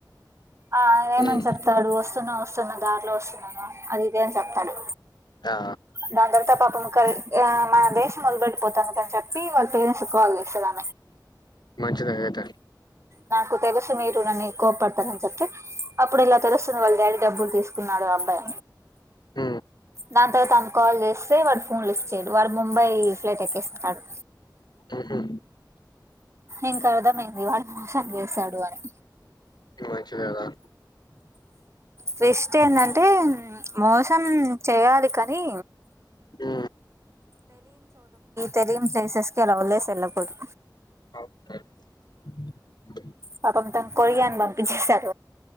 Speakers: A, on the right; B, on the left.
A: ఆ ఏమని
B: హ్మ్.
A: చెప్తాడు వస్ స్తున్న ఒస్తున్నా దార్లో ఒస్తున్నాను అదిది అని చెప్తాడు
B: ఆ!
A: దాన్ తర్వాత పాపముక్క ఇయ మా దేశం మొదిలిపెట్టిపోతానికని చెప్పి వాళ్ళ పేరెంట్న్స్కాల్చేస్తదామ్
B: మంచిదఐతె
A: నాకు తెల్సు మీరు నన్నీ కోప్డ్తారని చెప్తే అప్పుడు ఇలా తెలుస్తుంది వాళ్డాడీ డబ్బులు తీస్కున్నా ఆబ్బయ
B: ఊ
A: దాన్తర్వాతామ్ కాల్ జేస్తే వాడ్ ఫోన్లిఫ్చ్చేడు వాడు ముంబై ఫ్లైట్ ఎక్కేస్తాడు
B: హుహు.
A: ఇంకాదా మేంది వాన్హ్ సం జేస్సడు అని
B: మంచిదే కదా!
A: ట్వీస్ట్ ఏందంటే మోసం చేయాలి కనీ
B: ఉ
A: తెలీని ప్లేసెస్ కి అలా వదిలేసి ఏళ్లకూడదు
B: అ
A: పాపం తను <unintelligible>